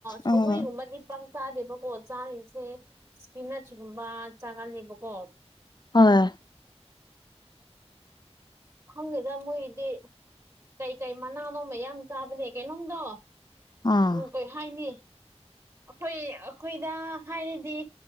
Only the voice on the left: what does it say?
ꯎꯝ
ꯍꯣꯏ
ꯑꯥ